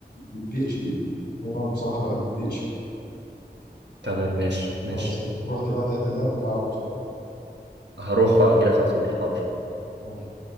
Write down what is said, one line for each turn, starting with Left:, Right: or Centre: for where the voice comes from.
Left: البي اتش بي وانا بصراحه بحب البي اتش
Right: تمام ماشي ماشي
Left: خلاص يلا روح دلوقتي هات اللاب وتعالى بسرعة
Right: هروح واجيلك على طول حاضر
Left: يلا